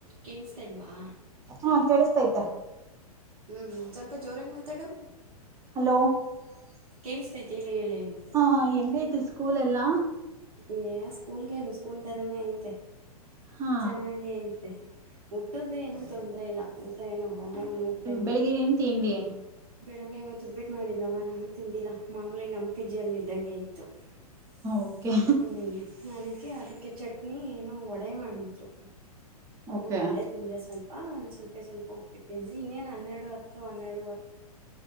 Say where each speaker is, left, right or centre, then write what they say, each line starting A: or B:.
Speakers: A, on the right; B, on the right.
A: ಕೇಳ್ಸ್ತಾ ಇಲ್ವಾ.
B: ಹಾ ಕೆಲಸತ್ಯತೆ.
A: ಹ್ಮ್ ಸ್ವಲ್ಪ ಜೋರಾಗಿ ಮಾತಾಡು
B: ಹಲೋ
A: ಹಲ್ಲೋ ಕೇಳಿಸತೈತಿ ಹೇಳು ಹೇಳು? <unintelligible>
B: ಹಾಯ್ ಎಂಗೈತೆ ಸ್ಕೂಲ್ ಎಲ್ಲಾ? <inaudible>
A: ಏ ಸ್ಕೂಲ್ಗೇನು ಸ್ಕೂಲ್ ತಾರಾನೇ ಐತೆ
B: ಹಾ
A: ಚೆನ್ನಾಗೇ ಐತೆ! <inaudible> ಊಟದು ಏನೂ ತೊಂದರೆ ಇಲ್ಲ ಊಟ ಏನು ಆರಾಮಾಗಿ ಇದೇ ಟೈಮ್.
B: ಬೆಳಿಗ್ಗೆ
A: <inaudible>
B: ಏನು ತಿಂಡಿ. <inaudible>
A: ಬೆಳಗ್ಗೆ ಇವತ್ತು ಉಪ್ಪಿಟ್ ಮಾಡಿದ್ರಮ್ಮ ನಾನು ತಿಂದಿಲ್ಲ ಮಾಮೂಲಿ ನಮ್ಮ ಪಿಜಿಯಲ್ಲಿ ಇದ್ದಂಗೆ ಇತ್ತು. <inaudible>
B: ಓಕೆ
A: ಹ್ಮ್. <inaudible> ನನಗೆ ಅದಕ್ಕೆ ಚಟ್ನಿ ಏನೋ ವಡೆ ಮಾಡಿದ್ರು ಹ
B: ಓಕೆ
A: ವಡೆ ತಿಂದೆ ಸ್ವಲ್ಪ. <inaudible> ಹಾ ಒಂದು ಸ್ವಲ್ಪ ಸ್ವಲ್ಪ ಉಪ್ಪಿಟ್ ತಿಂದುವಿ ಇನ್ನೇನ್ ಹನ್ನೆರಡು ಹತ್ತು ಹನ್ನೆರಡು ವರೆ. <inaudible>